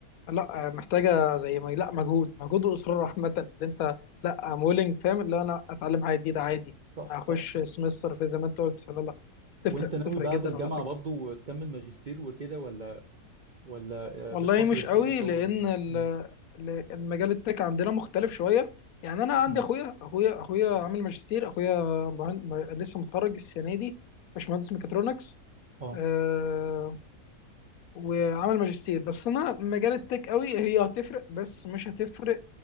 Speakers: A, on the left; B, on the right.
A: لا آه، محتاجه زي ما لا مجهود مجهود واصرار
B: آه،
A: عامه اللي انت لا ام ويلنج فاهم اللي انا اتعلم حاجه جديده عادي
B: صح
A: اخش
B: صح صح
A: سمستر في زي ما انت قلت لا لا تفرق
B: وأنت ناوي
A: تفرق
B: بعد
A: جدا
B: الجامعة
A: على فكره
B: برضو تكمل ماجستير وكده ولا ولا
A: والله
B: آه، بتفكر
A: مش
B: إزاي
A: قوي
B: تطور
A: لان
B: من
A: ال-
B: مم،
A: ل- المجال التك عندنا مختلف شويه يعني انا عندي
B: مم،
A: اخويا اخويا اخويا عامل ماجستير اخويا مهن- م- لسه متخرج السنه دي مش مهندس ميكاترونكس
B: آه
A: أه وعامل ماجستير بس انا مجال التك قوي هي هتفرق بس مش هتفرق